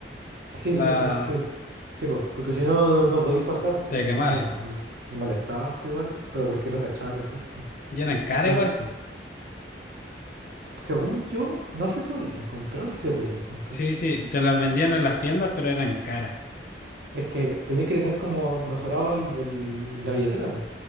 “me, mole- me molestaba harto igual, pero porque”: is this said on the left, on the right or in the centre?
Right